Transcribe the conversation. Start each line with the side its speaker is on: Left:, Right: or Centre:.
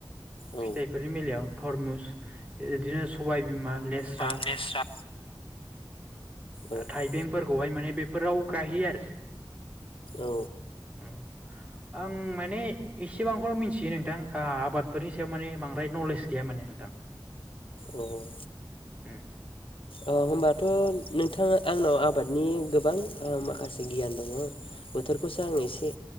Left: औ
Right: फिथाइफोरनि बेलायाव थरमुस बिदिनो सबायबिमा लेस्रा,
Left: मा लेस्रा औ
Right: थाइबेंफोरखौहाय माने बे फोराव गायहैयो आरो
Left: औ
Right: औ आं माने एसेबांखौनो मिन थियो नोंथां। ओ आबादफोरनि सायाव माने बांद्राय नलेज गैया माने नोंथां।
Left: औ
Right: उम।
Left: ओ होमबाथ' नोंथाङा आंनाव आबादनि गोबां माखासे गियान दङ बोथोरखौसो आं एसे